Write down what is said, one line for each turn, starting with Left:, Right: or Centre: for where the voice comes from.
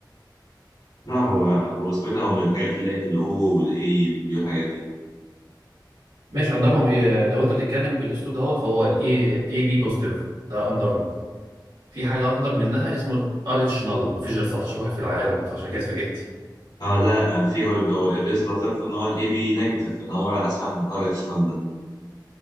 Left: لا هو هو اسمه إيه ده هو من الحاجات اللي هي الاو والاي والحاجات دي
Right: ماشي اندرهم إيه لو انت بتتكلم بالاسلوب دهوت فهو الاي اي بي بوزيتيف ده اندرهم في حاجة اندر منها اسمه الارتش نل مفيش غير 19 واحد في العالم فعشان كده اتفاجئت
Left: اه لا آه، في هو هو الريز لطيف المفروض ان هو الاي بي نيجاتيف انا اول مره اسمع عن الار اديشنال ده